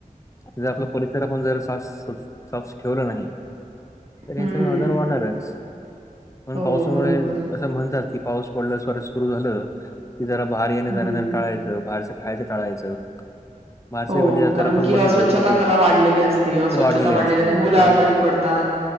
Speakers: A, on the left; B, on the right.
A: जर आपला परिसर आपण जर साफ साफ ठेवलं नाही. तर हे
B: हम्म
A: सगळ आजार वाढणारच म्हणून
B: हो
A: पावसामुळे
B: बरोबर
A: म्हणतात की पाऊस पडल्या स्ात सुरू झाल की जरा भारी येने
B: हम्म
A: जाण जर टाळायच. बाहेरचं खायचं टाळायचं. बारसे
B: हो
A: म्हणजे
B: कारण
A: जर आपण
B: की
A: बघितलं
B: अस्वच्छता
A: कुठे
B: जरा वाढलेली असते अस्वच्छता
A: वाढली
B: वाढलेली
A: असते
B: मुलं
A: आता
B: आजारी पडतात